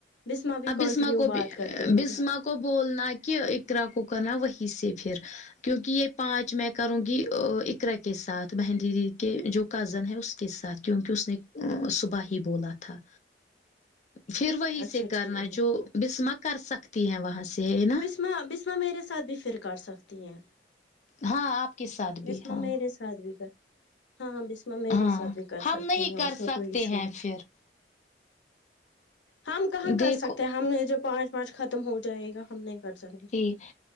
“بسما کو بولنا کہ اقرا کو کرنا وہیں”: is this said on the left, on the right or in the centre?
Left